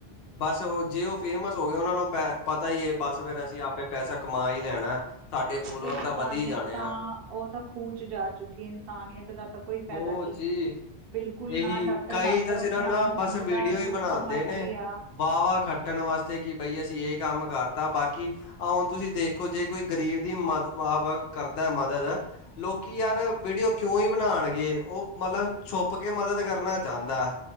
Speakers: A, on the left (about 75°); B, on the right (about 65°).
A: ਬਸ ਉਹ ਜੇ ਉਹ ਫੇਮਸ ਹੋ ਗਏ, ਉਹਨਾਂ ਨੂੰ ਪੈ ਪਤਾ ਹੀ ਹੈ ਬਸ ਫੇਰ ਅਸੀਂ ਆਪੇ ਪੈਸਾ ਕਮਾ ਹੀ ਲੈਣਾ। ਸਾਡੇ ਫੋਲੋਅਰ
B: ਇਨਸਾਨੀਅਤ
A: ਤਾਂ ਵਧੀ ਜਾਣੇ
B: ਤਾਂ
A: ਆ
B: ਉਹ ਤਾਂ ਖੂਹ ਚ ਜਾ ਚੁੱਕੀ ਹੈ, ਇਨਸਾਨੀਅਤ ਦਾ ਤਾਂ ਕੋਈ ਫਾਇਦਾ
A: ਬੋਜੀ।
B: ਹੀ ਨਹੀਂ ਬਿਲਕੁਲ
A: ਇਹੀ
B: ਨਾ ਡਾਕਟਰ
A: ਕਈ
B: ਡਾਕਟਰ
A: ਤਾਂ ਸਿਰਫ
B: ਆਪਣੇ
A: ਨਾ
B: ਆਪ ਨੂੰ ਸਮਝਦਾ
A: ਬਸ ਵੀਡੀਓ
B: ਲੁੱਟ
A: ਹੀ ਬਣਾਂਦੇ
B: ਮਾਜੀ
A: ਨੇ।
B: ਆ
A: ਵਾਹ -ਵਾਹ ਖੱਟਣ ਵਾਸਤੇ ਕਿ ਬਈ ਅਸੀਂ ਇਹ ਕੰਮ ਕਰਤਾ ਬਾਕੀ ਆ ਹੁਣ ਤੁਸੀਂ ਦੇਖੋ ਜੇ ਕੋਈ ਗਰੀਬ ਦੀ ਮਦ ਵਾਹ-ਵਾਹ ਕਰਦੈ ਮਦਦ ਲੋਕੀ ਯਾਰ ਵੀਡੀਓ ਕਿਉਂ ਹੀ ਬਣਾਂਣਗੇ, ਉਹ ਮਤਲਬ ਛੁਪ ਕੇ ਮਦਦ ਕਰਨਾ ਚਾਹੁੰਦੈ।